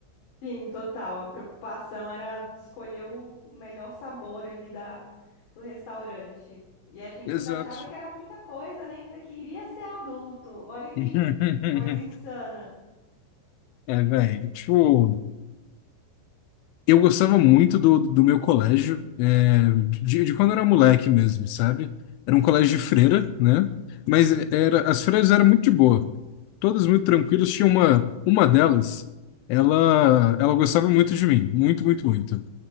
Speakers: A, on the left; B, on the left.
A: Sim, total. A preocupação era escolher o o melhor sabor ali da, do restaurante. E a gente
B: Exato.
A: ainda achava que era muita coisa, né? Ainda queria ser adulto. Olha que
B: <laughs>
A: coisa insana.
B: É, velho. Tipo, Eu gostava muito do, do meu colégio, é, de, de quando eu era moleque mesmo, sabe? Era um colégio de freira, né? Mas era, as freiras eram muito de boa, todas muito tranquilas. Tinha uma, uma delas, ela, ela gostava muito de mim, muito, muito, muito.